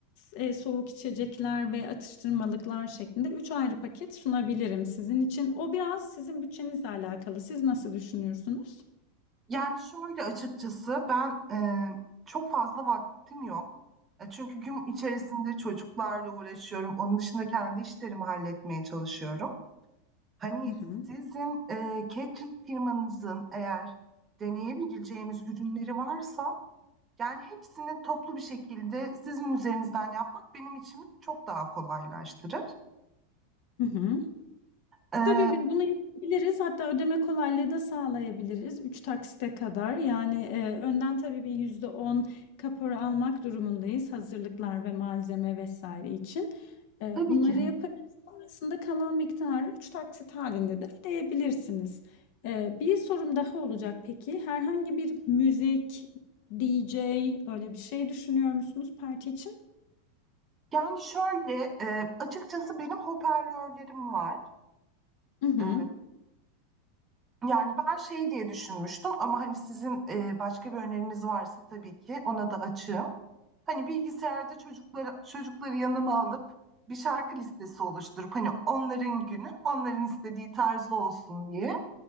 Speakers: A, on the left; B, on the right.
A: e, soğuk içecekler ve atıştırmalıklar şeklinde 3 ayrı paket sunabilirim sizin için. O biraz sizin bütçenizle alakalı. Siz nasıl düşünüyorsunuz?
B: Yani şöyle açıkçası ben e, çok fazla vaktim yok. E, Çünkü gün içerisinde çocuklarla uğraşıyorum. Onun dışında kendi işlerimi halletmeye çalışıyorum. Hani
A: Hı hı.
B: sizin e, catering firmanızın eğer deneyebileceğimiz ürünleri varsa yani hepsini toplu bir şekilde sizin üzerinizden yapmak benim için çok daha kolaylaştırır.
A: Hı hı.
B: E,
A: Tabii biz bunu yapabiliriz. Hatta ödeme kolaylığı da sağlayabiliriz 3 taksite kadar. Yani, eee, önden tabii bir %10 kapora almak durumundayız hazırlıklar ve malzeme vesaire için. Eee,
B: tabii
A: bunları
B: ki.
A: yaparız. Sonrasında kalan miktarı 3 taksit halinde de ödeyebilirsiniz. Eee, bir sorum daha olacak peki. Herhangi bir müzik, DJ öyle bir şey düşünüyor musunuz parti için?
B: Yani şöyle e, açıkçası benim hoparlörlerim var.
A: I hı.
B: E, yani ben şey diye düşünmüştüm ama hani sizin e, başka bir öneriniz varsa tabii ki ona da açığım. hani bilgisayarda çocukları çocukları yanıma alıp bir şarkı listesi oluşturup hani onların günü onların istediği tarzda olsun diye